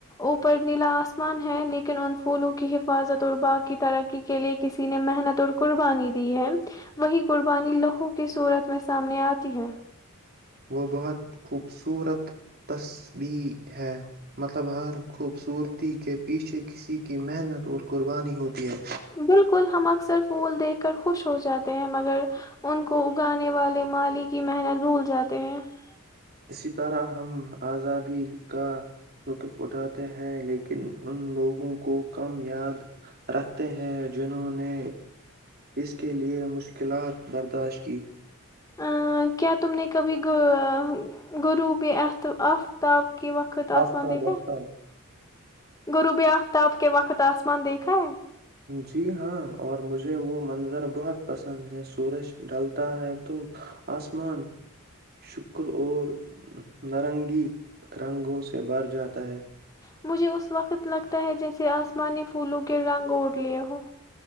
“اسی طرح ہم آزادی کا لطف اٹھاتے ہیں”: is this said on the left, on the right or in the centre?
Right